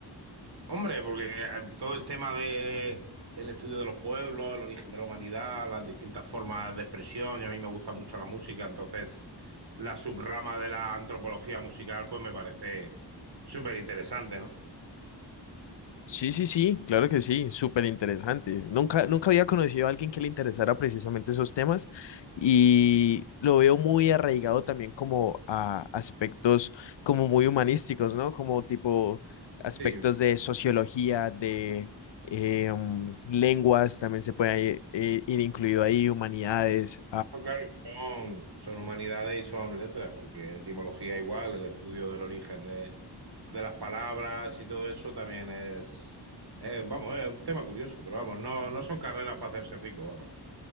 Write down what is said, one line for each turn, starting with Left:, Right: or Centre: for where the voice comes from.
Right: Hombre, porque eh, todo el tema de el estudio de los pueblos, el origen de la humanidad, las distintas formas de expresión, y a mí me gusta mucho la música, entonces la subrama de la antropología musical pues me parece súper interesante, ¿no?
Left: Sí, sí, sí, claro que sí, súper interesante. Nunca, nunca había conocido a alguien que le interesara precisamente esos temas y lo veo muy arraigado también como a aspectos como muy humanísticos, ¿no? Como tipo aspectos
Right: Sí.
Left: de sociología, de eh, mm, lenguas, también se puede ahí, eh, ir incluido ahí, humanidades,
Right: No, claro, son, son humanidades y son letras, porque etimología igual, el estudio del origen de, de las palabras y todo eso también es, es, vamos, es un tema curioso, pero vamos, no, no son carreras para hacerse rico, vamos.